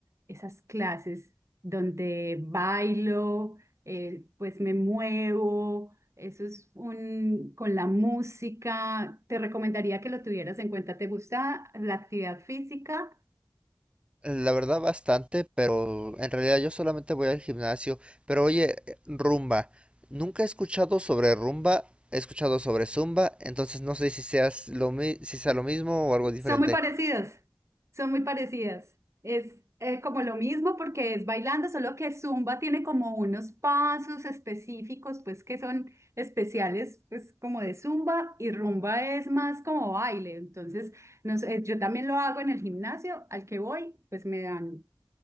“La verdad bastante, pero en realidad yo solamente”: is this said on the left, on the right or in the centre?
Right